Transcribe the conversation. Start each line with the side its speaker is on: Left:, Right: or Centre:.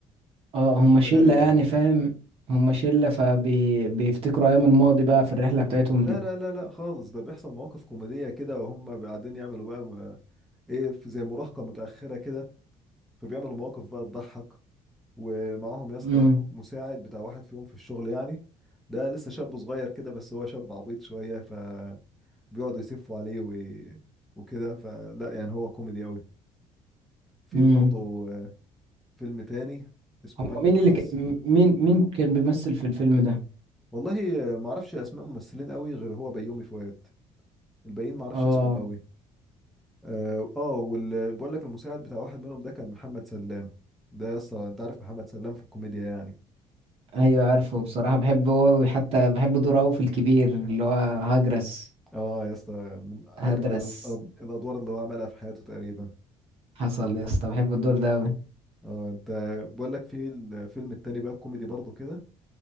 Right: اه
Centre: تتفرج
Right: هما شلة
Centre: عليه لوحدك
Right: يعني فاهم هما شلة فبيفتكروا ايام الماضي بقى في الرحلة بتاعتهم
Centre: لا
Right: دي
Centre: لا لا لا خالص ده بيحصل مواقف كوميدية كده وهم قاعدين يعملوا بقى م- ايه في زي مراهقة متأخرة كده فبيعملوا مواقف بقى تضحك ومعاهم يا اسطى
Right: امم
Centre: مساعد بتاع واحد فيهم في الشغل يعني ده لسه شاب صغير كده بس هو شاب عبيط شوية فبيقعدوا يسفوا عليه و... وكده فلا يعني هو كوميدي قوي في
Right: امم
Centre: برضه آه، فيلم تاني اسمه
Right: هما
Centre: بنك
Right: مين
Centre: الحظ
Right: اللي ك... م- مين مين كان بيمثل في الفيلم ده
Centre: والله آه، معرفش اسماء ممثلين قوي غير هو بيومي فؤاد الباقيين معرفش
Right: اه
Centre: اسمهم قوي اه آه، وال بقول لك المساعد بتاع واحد منهم ده كان محمد سلام ده يا اسطى انت عارف محمد سلام في الكوميديا يعني
Right: ايوه عارفه بصراحة بحبه هو وحتى بحب دوره قوي في الكبير اللي هو هجرس
Centre: اه يا اسطى من اجمد
Right: هدرس
Centre: الأد- الادوار اللي هو عملها في حياته تقريبا
Right: حصل يا اسطى بحب الدور ده قوي
Centre: اه انت بقول لك في الفيلم التاني بقى الكوميدي برضه كده